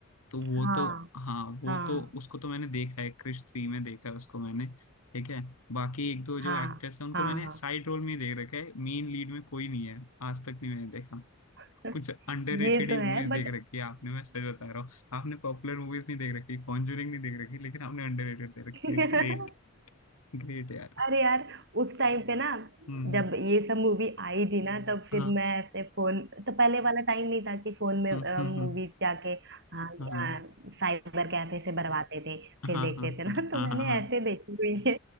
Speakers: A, on the left; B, on the right.
A: तो वो
B: हाँ
A: तो हाँ वो
B: हाँ
A: तो उसको तो मैंने देखा है क्रिश थ्री में देखा है उसको मैंने ठीक है बाकी एक दो जो
B: हाँ
A: एक्ट्रेस है उनको
B: हाँ
A: मैंने साइड रोल में ही देख रखा है मेन लीड में कोई नहीं है आज तक नहीं मैंने देखा
B: <laughs>
A: कुछ अंडररेटेड
B: ये तो
A: ही मूवीज
B: है बट
A: देख रखी है आपने मैं सच बता रहा हूँ आपने पॉपुलर मूवीज नहीं देख रखी कॉन्जूरिंग नहीं देख रखी लेकिन आपने अंडररेटेड देख रखी
B: <laughs>
A: है ग्रेट ग्रेट यार
B: अरे यार उस टाइम पे ना
A: हम्म
B: जब ये सब मूवी आई थी ना तब फिर
A: हाँ
B: मैं ऐसे फोन तो पहले वाला टाइम नहीं था कि फोन में
A: हम्म हम्म
B: मूवीज
A: हम्म,
B: जाके हाँ
A: हाँ
B: साइबर कैफे से भरवाते थे फिर
A: हाँ
B: देखते
A: हाँ
B: थे
A: हाँ
B: ना <laughs> तो
A: हाँ
B: मैंने
A: हाँ हाँ,
B: ऐसे देखी हुई है